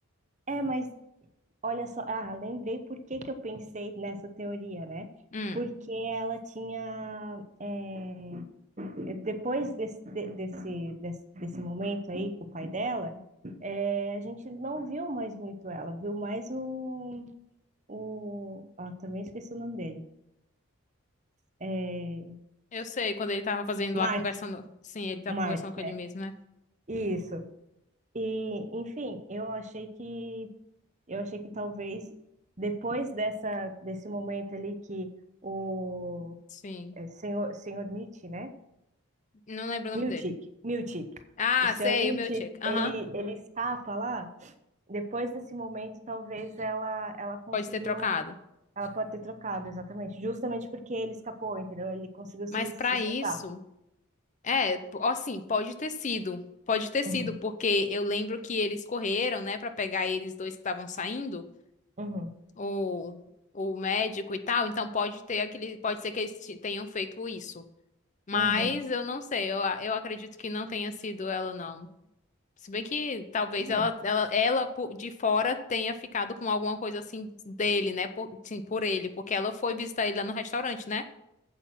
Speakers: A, on the right; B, on the left.
A: É, mas olha só. Ah, lembrei por que que eu pensei nessa teoria, né?
B: Hum,
A: Porque ela tinha. eh, Depois desse, desse, desse, desse momento aí com o pai dela, é, a gente não viu mais muito ela, viu mais o, o... Ah, também esqueci o nome dele. É,
B: eu sei, quando ele tava fazendo
A: Mark,
B: lá, conversando. Sim, ele tava
A: Mark,
B: conversando com
A: né?
B: ele mesmo, né?
A: Isso. E, enfim, eu achei que eu achei que talvez depois dessa desse momento ali que o
B: Sim.
A: é, senhor senhor Mitch, né?
B: Não lembro o
A: Miltic,
B: nome dele.
A: Miltic.
B: Ah,
A: O senhor
B: sei,
A: Miltic,
B: o meu check. Aham.
A: ele ele escapa lá depois desse momento, talvez ela, ela conseguiu.
B: Pode ter trocado.
A: Ela pode ter trocado, exatamente. Justamente porque ele escapou, entendeu? Ele conseguiu se,
B: Mas pra
A: se soltar.
B: isso, é, p- ó, assim, pode ter sido. Pode ter sido,
A: Uhum,
B: porque eu lembro que eles correram, né, Pra pegar eles dois que estavam saindo,
A: uhum,
B: o, o médico e tal. Então pode ter aquele, pode ser que eles te- tenham feito isso. Mas
A: uhum.
B: eu não sei, eu, a- eu acredito que não tenha sido ela, não. Se bem que talvez
A: Não.
B: ela, ela, ela po- de fora tenha ficado com alguma coisa assim dele, né? Por, sim, por ele, porque ela foi visitar ele lá no restaurante, né?